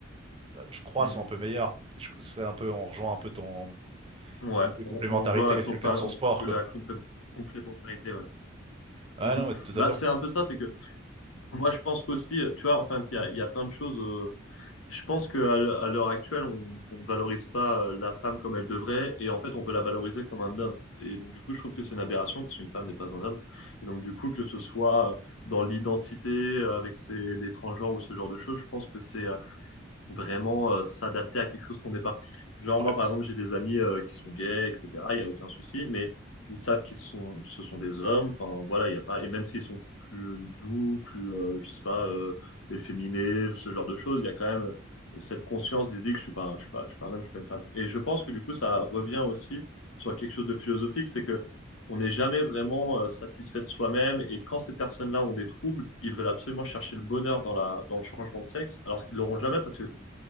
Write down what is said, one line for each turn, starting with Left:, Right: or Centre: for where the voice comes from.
Right: euh, je crois,
Left: Mhm.
Right: sont un peu meilleures. Et je- C'est un peu, on rejoint un peu ton,
Left: Ouais.
Right: ton idée
Left: On,
Right: de complémentarité,
Left: on joue à la, compa-
Right: chacun son
Left: on-
Right: sport, quoi.
Left: la complé- complémentarité. ouais.
Right: ah
Left: Mhm.
Right: non, mais tout
Left: Bah,
Right: à fait.
Left: c'est un peu ça, c'est que moi, je pense qu'aussi, euh, tu vois, enfin, il y a, il y a plein de choses. euh, Je pense qu'à l'heure actuelle, on, on ne valorise pas euh, la femme comme elle devrait, et en fait, on veut la valoriser comme un homme. Et donc, du coup, je trouve que c'est une aberration, parce qu'une femme n'est pas un homme. Et donc, du coup, que ce soit euh, dans l'identité, euh, avec ses, les transgenres ou ce genre de choses, je pense que c'est euh, vraiment euh, s'adapter à quelque chose qu'on n'est pas. Genre,
Right: Ouais.
Left: moi, par exemple, j'ai des amis euh, qui sont gays, etc. Il n'y a aucun souci, mais ils savent qu'ils sont, ce sont des hommes. Enfin, voilà, il n'y a pas. Et même s'ils sont plus doux, plus, euh, je sais pas, euh, efféminés, ce genre de choses, il y a quand même euh, cette conscience d'idée que je suis pas, un- je suis pas, je suis pas un homme, je suis pas une femme. Et je pense que du coup, ça revient aussi sur quelque chose de philosophique, c'est que on n'est jamais vraiment euh, satisfait de soi-même et quand ces personnes-là ont des troubles, ils veulent absolument chercher le bonheur dans la, dans le changement de sexe, alors qu'ils l'auront jamais parce que